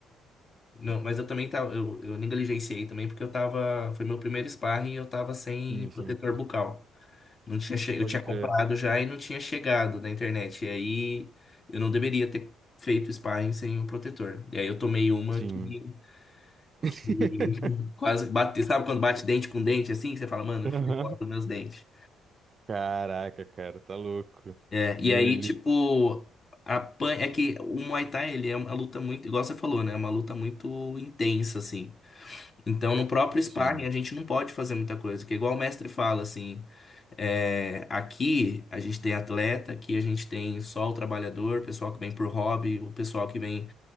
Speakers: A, on the left; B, on the right.
A: Não, mas eu também tava. Eu, eu negligenciei também, porque eu tava. Foi meu primeiro sparring e eu tava sem
B: sim,
A: protetor
B: sim,
A: bucal. Não tinha che... Eu
B: pode
A: tinha
B: crer.
A: comprado já e não tinha chegado na internet. E aí eu não deveria ter feito sparring sem o protetor. E aí eu tomei uma
B: Sim.
A: que,
B: <laughs>
A: que <laughs> quase bate. Sabe quando bate dente com dente assim? Que você fala, mano,
B: Aham.
A: foi embora dos meus dentes.
B: Caraca, cara, tá louco.
A: É,
B: Deus
A: e aí,
B: me livre.
A: tipo. a pan É que o Muay Thai, ele é uma luta muito, igual você falou, né? É uma luta muito intensa, assim. Então, no próprio
B: Sim.
A: sparring, a gente não pode fazer muita coisa, porque igual o mestre fala, assim, é, aqui a gente tem atleta, aqui a gente tem só o trabalhador, o pessoal que vem por hobby, o pessoal que vem